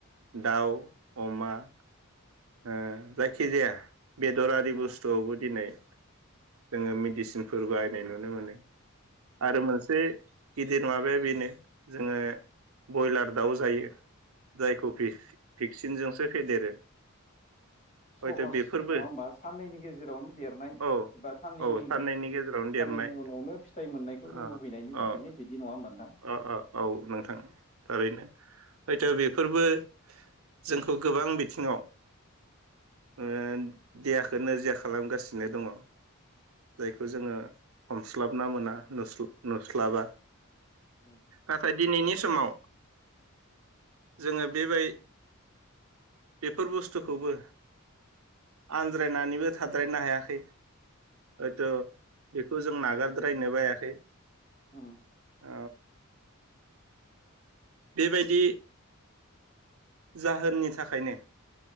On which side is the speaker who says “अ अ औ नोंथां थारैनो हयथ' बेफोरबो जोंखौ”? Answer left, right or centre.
Right